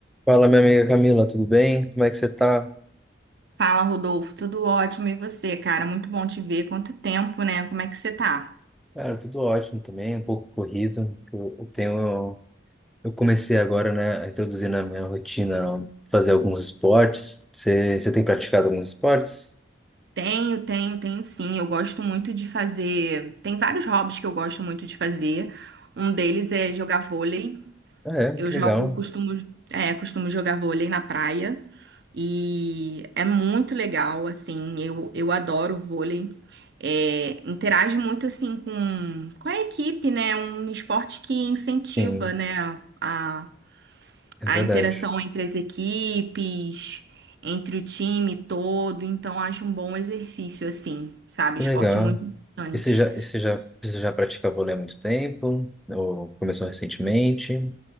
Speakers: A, in the centre; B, on the right.
A: Fala, minha amiga Camila, tudo bem? Como é que você tá?
B: Fala, Rodolfo, tudo ótimo. E você, cara? Muito bom te ver. Quanto tempo, né? Como é que você tá?
A: Cara, tudo ótimo também, um pouco corrido. que Eu, eu tenho, eu comecei agora, né, a introduzir na minha rotina fazer alguns esportes. Você, você tem praticado alguns esportes?
B: Tenho, tenho, tenho sim. Eu gosto muito de fazer. Tem vários hobbies que eu gosto muito de fazer. Um deles é jogar vôlei.
A: Ah, é,
B: Eu
A: que
B: jogo,
A: legal.
B: costumo, é, costumo jogar vôlei na praia. E é muito legal, assim. Eu, eu adoro vôlei. É, interage muito, assim, com, com a equipe, né? Um esporte que incentiva,
A: Sim,
B: né? A,
A: é
B: a
A: verdade.
B: interação entre as equipes, entre o time todo, então acho um bom exercício assim, sabe?
A: Que
B: Esporte
A: legal.
B: é muito importante.
A: E você já, e você já, você já pratica vôlei há muito tempo? Ou começou recentemente?